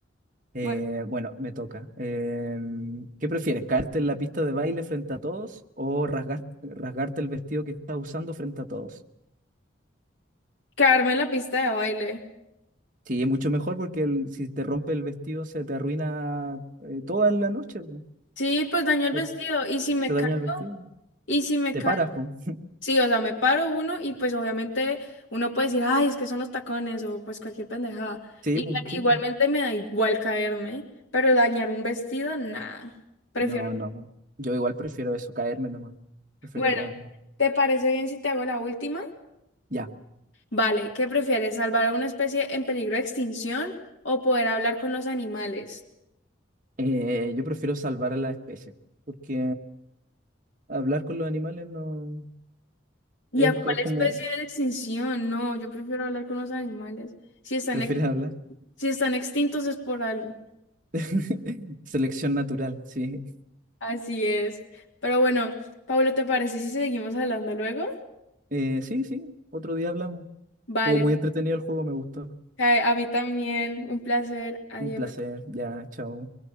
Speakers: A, on the right; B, on the left.
A: Eh,
B: Bueno,
A: bueno, me toca. Em, ¿qué prefieres, caerte en la pista de baile frente a todos o rasgar- rasgarte el vestido que estás usando frente a todos?
B: quedarme en la pista de baile.
A: Sí, es mucho mejor porque el- si te rompe el vestido se te arruina eh, toda la noche, po,
B: Sí, pues daño el
A: por-
B: vestido. Y si me
A: se daña
B: cae,
A: el vestido.
B: y si me
A: Te
B: cae.
A: paras, po.
B: Sí, o sea, me paro uno y pues obviamente uno puede decir, ay, es que son los tacones o pues cualquier pendejada.
A: Sí,
B: Y
A: po,
B: igualmente
A: sí. po.
B: me da igual caerme, pero dañar un vestido, nada. Prefiero
A: No, no. po. Yo igual prefiero eso, caerme nomás. Prefiero
B: Bueno,
A: caerme.
B: ¿te parece bien si te hago la última?
A: Ya.
B: Vale, ¿qué prefieres, salvar a una especie en peligro de extinción o poder hablar con los animales?
A: Eh, yo prefiero salvar a la especie, porque hablar con los animales no
B: ¿Y
A: es,
B: a cuál
A: co- es como,
B: especie en extinción? No, yo prefiero hablar con los animales. Si están,
A: prefieres
B: ex-
A: hablar.
B: si están extintos es por algo.
A: <laughs> Selección natural, sí.
B: Así es. Pero bueno, Pablo, ¿te parece si seguimos hablando luego?
A: Eh, sí, sí, otro día hablamos.
B: Vale,
A: Estuvo muy entretenido el juego, me gustó.
B: pues, a a mí también, un placer. Adiós.
A: Un placer. Ya, chao.